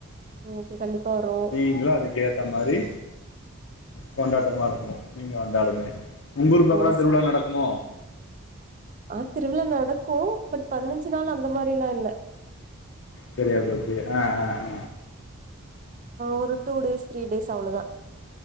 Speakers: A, on the right; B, on the left.
A: ஓகே கண்டிப்பா வரோ
B: நீங்களு அதுக்கு ஏத்த மாரி கொண்டாட்டமா இருக்கு நீங்க வந்தாலுமே உங்க ஊர் பக்கலா
A: ஓ
B: திருவிழா
A: சே
B: நடக்குமோ
A: ஆ திருவிழா நடக்கு பட் பதினஞ்சு நாள் அந்த மாரி ல்லா இல்ல
B: சரியா போச்சு ஆ ஆ ஆ
A: ஒரு டூ டேஸ் த்ரீ டேஸ் அவ்ளதா